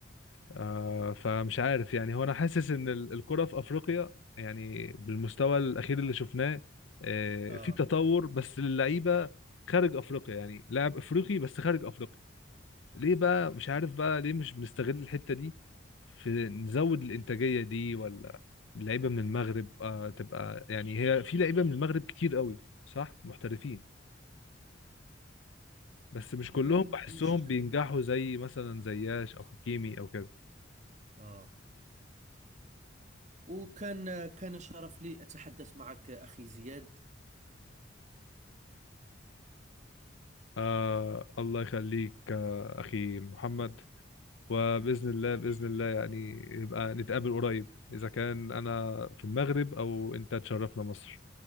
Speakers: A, on the left; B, on the right.
A: آه فمش عارف يعني هو انا حاسس ان ال- الكرة في افريقيا يعني بالمستوى الاخير اللي شفناه آه
B: آه.
A: في تطور بس للعيبة خارج افريقيا يعني لاعب افريقي بس خارج افريقيا ليه بقى مش عارف بقى ليه مش بنستغل الحتة دي في نزود الإنتاجية دي ولا لعيبة من المغرب آه تبقى يعني هي في لعيبة من المغرب كتير قوي صح محترفين بس مش كلهم
B: آه.
A: بحسهم
B: مش
A: بينجحوا زي مثلا زياش أو حكيمي أو كده
B: اه وكان كان شرف لي أتحدث معك أخي زياد
A: آه الله يخليك آه أخي محمد وبإذن الله بإذن الله يعني يبقى نتقابل قريب إذا كان أنا في المغرب أو أنت تشرفنا مصر